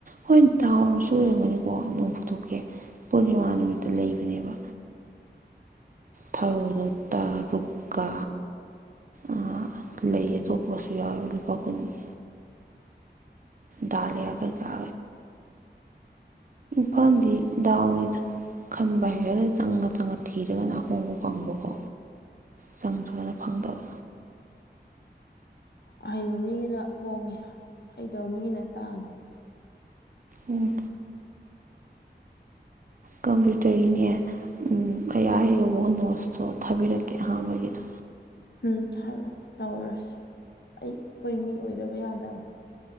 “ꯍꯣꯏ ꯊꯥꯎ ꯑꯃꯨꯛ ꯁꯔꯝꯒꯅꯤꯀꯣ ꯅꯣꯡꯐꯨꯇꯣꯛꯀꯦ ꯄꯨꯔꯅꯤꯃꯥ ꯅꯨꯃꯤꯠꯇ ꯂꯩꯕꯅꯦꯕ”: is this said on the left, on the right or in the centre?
Right